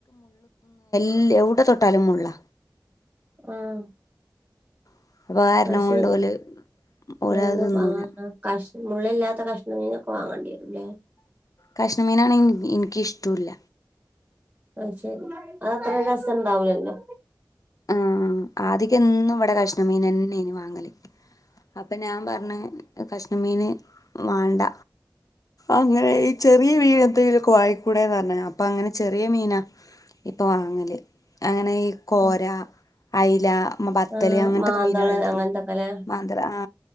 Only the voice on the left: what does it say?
ല്ല് എവിടെ തൊട്ടാലും മുള്ളാ.
<unintelligible> കാരണം
കൊണ്ട്
ഓല് ഓരത്
തിന്നൂലാ.
കഷ്ണം മീനാണെങ്കി എനി എനിക്കിഷ്ട്ടുല്ല
ആ ആദിക്ക്‌ എന്നും ഇവിടെ കഷ്ണ മീൻ തന്നെ ഇ <unintelligible> ങ്ങൽ ഉം അപ്പൊ ഞാൻ പറഞ്ഞ് കഷ് മീന് വാണ്ട അങ്ങനെ ഈ ചെറീയ മീനെന്തെങ്കിലും ഒക്കെ വാങ്ങിക്കൂടെന്ന് പറഞ്ഞ് അപ്പ അങ്ങനെ ചെറിയ മീന ഇപ്പ വാങ്ങല് അങ്ങന ഈ കോ
അയില പത്തല്
അങ്ങനത്തൊക്കെ
മീനുകളുണ്ടല്ലോ
മാന്തൾ ആ